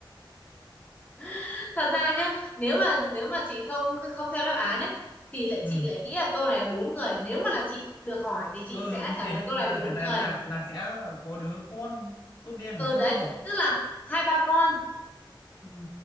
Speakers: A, on the left; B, on the left.
A: <laughs> thật ra nhá nếu mà nếu mà chị không không xem đáp án ấy thì lại
B: ừ
A: chị lại nghĩ là câu này là bốn người nếu mà là chị được hỏi thì chị
B: ừ
A: sẽ
B: như
A: trả
B: vậy
A: lời câu này
B: là
A: là bốn
B: phải là
A: người
B: là là sẽ là có đứa con tốt đen
A: ừ
B: và con
A: đấy
B: tốt đỏ
A: tức là hai ba con
B: ừ.